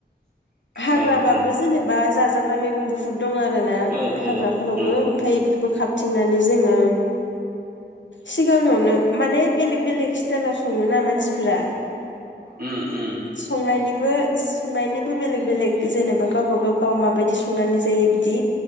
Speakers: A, on the left; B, on the right.
A: हाग्राबाबो
B: औ
A: जेनेबा जाजाग <unintelligible> दं आरोना।
B: औ
A: हाग्राफोरावबो
B: औ नंगौ
A: ओमफ्राय बेफोरखौ खाबथिं जोङो सिगाङावनो मान बेले बेलेक स्टल आाव सोा मानसिफोरा।
B: उम उम
A: संनायनि बो संनायनिबो बेलेग बेलेग जेनेबा गावबा गाव गाव माबायदि संनानै जायो बिदि